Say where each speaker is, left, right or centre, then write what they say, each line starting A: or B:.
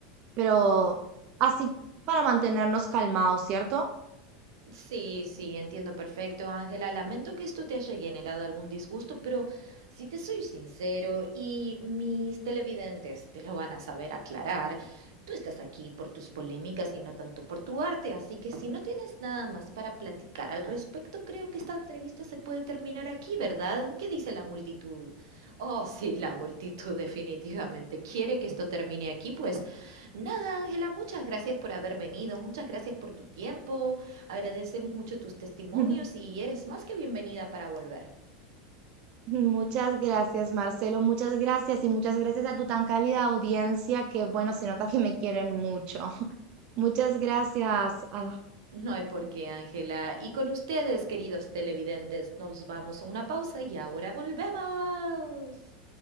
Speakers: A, on the right; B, on the right.
A: pero así para mantenernos calmados, ¿cierto?
B: Sí, sí, entiendo perfecto, Ángela. Lamento que esto te haya generado algún disgusto, pero si te soy sincero, y mis televidentes te lo van a saber aclarar, tú estás aquí por tus polémicas y no tanto por tu arte, así que si no tienes nada más para platicar al respecto, creo que esta entrevista se puede terminar aquí, ¿verdad? ¿Qué dice la multitud? Oh, sí, la multitud <laughs> definitivamente quiere que esto termine aquí, pues nada, Ángela, muchas gracias por haber venido, muchas gracias por tu tiempo. Agradecemos mucho tus testimonios
A: <laughs>
B: y eres más que bienvenida para volver.
A: Muchas gracias, Marcelo, muchas gracias y muchas gracias a tu tan cálida audiencia que, bueno, se nota que me quieren mucho. Muchas gracias. Ah,
B: No hay por qué, Ángela. Y con ustedes, queridos televidentes, nos vamos a una pausa y ahora volvemos.